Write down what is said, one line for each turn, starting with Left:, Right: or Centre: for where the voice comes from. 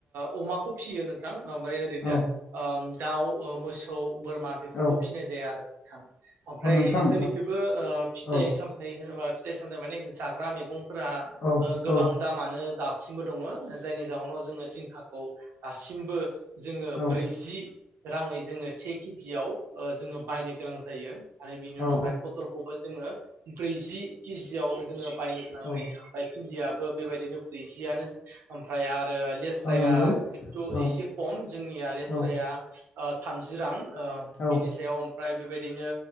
Right: ओ अमाखौ फिसियो नों ओमफ्राय ओरैनो
Left: औ
Right: ओम दाउ ओ मोसौ बोरमा बेफोरखौ
Left: औ
Right: फिसिनाय जाया आरो थां अमफ्राय
Left: औ नोंथां
Right: जोंनिथिंबो ओ फिथाइ
Left: ओ
Right: सामथाय होनोबा फिथाय सानजा माने जाग्राा मेगं फोर
Left: औ
Right: ओ गोबां
Left: औ
Right: दामानो दाब सिमबो दङ जायनि जाउनाव जोङो जिंखा औ आसिमबो जोङो
Left: औ
Right: ब्रैजि राङै जोङो से किजियाव ओ जोङो बायनो गोनां जा जायो आरो बिनि उनावहाय
Left: औ
Right: पटलखौबो जोङो ब्रैजि किजियाव जोङो बायनो गोनां
Left: औ
Right: जायो ओमफ्राय बिन्दियाबो बेबायदिनो ब्रैजि दियानो ओमफ्राय आरो लेस्राया
Left: औ नंगौ
Right: खिन्थु
Left: औ
Right: एसे खम जोंनिया लेसराया
Left: औ
Right: ओ थामजि रां ओम
Left: औ
Right: बिनि सायाव प्राइ बिब बेदिनो